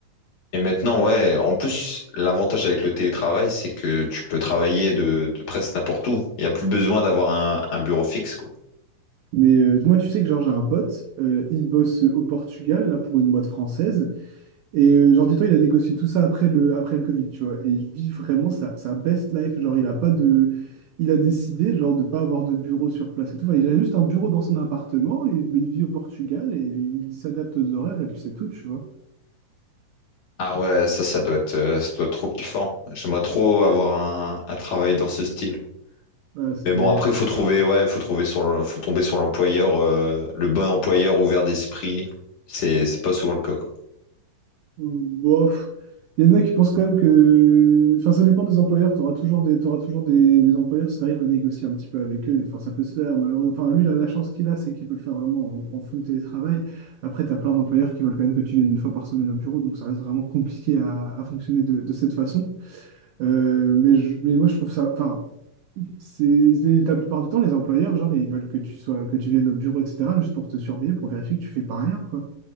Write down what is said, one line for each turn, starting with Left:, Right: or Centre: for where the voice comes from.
Left: Et maintenant, ouais, en plus, l'avantage avec le télétravail, c'est que tu peux travailler de, de presque n'importe où. Il n'y a plus besoin d'avoir un, un bureau fixe, quoi.
Right: Mais euh, moi, tu sais que genre, j'ai un pote, euh, il bosse au Portugal, là, pour une boîte française. Et euh, genre, dis-toi, il a négocié tout ça après le, après le Covid, tu vois. Et il vit vraiment sa, sa best life. Genre, il a pas de... Il a décidé, genre, de pas avoir de bureau sur place et tout. Enfin, il a juste un bureau dans son appartement, et, mais il vit au Portugal, et il s'adapte aux horaires, et puis c'est tout, tu vois.
Left: Ah ouais, ça, ça doit être, euh, ça doit être trop kiffant. J'aimerais trop avoir un, un travail dans ce style.
Right: Ouais, c'est
Left: Mais
Right: pas...
Left: bon, après, faut trouver, ouais, faut trouver sur, le- faut tomber sur l'employeur, euh, le bon employeur ouvert d'esprit. C'est, c'est pas souvent le cas, quoi.
Right: Bof. Il y en a qui pensent quand même que... Enfin, ça dépend des employeurs. Tu auras toujours des, t'auras toujours des, des employeurs si tu arrives à négocier un petit peu avec eux. Enfin, ça peut se faire, malheureusement. Enfin, lui, la, la chance qu'il a, c'est qu'il peut le faire vraiment en, en full télétravail. Après, tu as plein d'employeurs qui veulent quand même que tu viennes une fois par semaine au bureau. Donc, ça reste vraiment compliqué à, à fonctionner de, de cette façon. Euh, mais, je- mais moi, je trouve ça... Enfin, c'est, c'est- la plupart du temps, les employeurs, genre, ils veulent que tu sois, que tu viennes au bureau, etc., juste pour te surveiller, pour vérifier que tu fais pas rien, quoi.